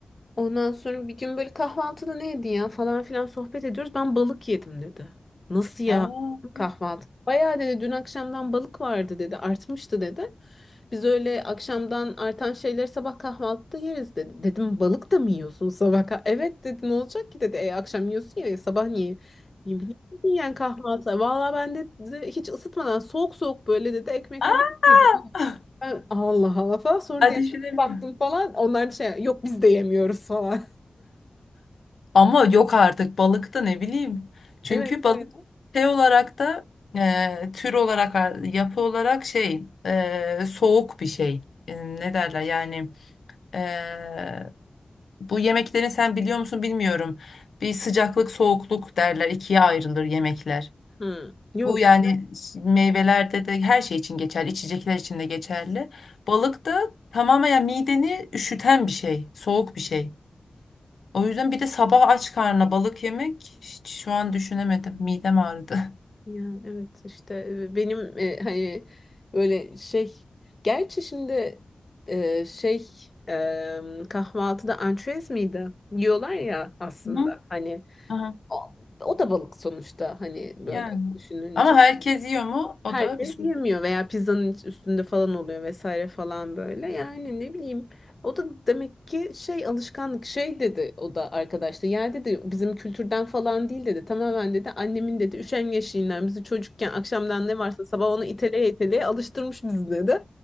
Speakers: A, on the left; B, on the left.
A: Ondan sonra bir gün böyle kahvaltıda neydi ya falan filan sohbet ediyoruz. Ben balık yedim dedi. Nasıl ya
B: Aa,
A: dedim, kahvaltı? Bayağı dedi dün akşamdan balık vardı dedi. Artmıştı dedi. Biz öyle akşamdan artan şeyleri sabah kahvaltıda yeriz dedi. Dedim balık da mı yiyorsun sabah? kah-" Evet dedi ne olacak ki dedi. E, akşam yiyorsun ya sabah niye? <laughs> Ne bileyim yani kahvaltı. Valla ben de dedi, hiç ısıtmadan soğuk soğuk böyle dedi ekmekle
B: aa,
A: balık yedim.
B: <laughs>
A: Ben Allah Allah falan sonra
B: ateş
A: da yani
B: edemiyorum.
A: baktım falan onlar da şey yok biz de yemiyoruz falan.
B: Ama yok artık balık da ne bileyim. Çünkü
A: Evet
B: balık
A: bayağı.
B: şey olarak da e, tür olarak yapı olarak şey e, soğuk bir şey. E, ne derler yani e, Bu yemeklerin sen biliyor musun bilmiyorum. Bir sıcaklık soğukluk derler ikiye ayrılır yemekler.
A: Hı, yok.
B: Bu yani meyvelerde de her şey için geçerli, içecekler için de geçerli. Balık da tamamen yani mideni üşüten bir şey, soğuk bir şey. O yüzden bir de sabah aç karnına balık yemek hiç şu an düşünemedim. Midem ağrıdı.
A: Yani evet işte e, benim e, hani böyle şey gerçi şimdi e, şey e, kahvaltıda ançüez miydi? Yiyorlar ya aslında
B: Hı.
A: hani
B: Aha.
A: o, o da balık sonuçta hani
B: <laughs>
A: böyle
B: Yani.
A: düşününce.
B: Ama herkes yiyor mu? O
A: Herkes
B: da bir soru.
A: yemiyor veya pizzanın iç- üstünde falan oluyor vesaire falan böyle. Yani ne bileyim. O da demek ki şey alışkanlık şey dedi o da arkadaşta. Ya dedi bizim kültürden falan değil dedi. Tamamen dedi annemin dedi üşengeçliğinden bizi çocukken akşamdan ne varsa sabah onu iteleye iteleye alıştırmış bizi dedi.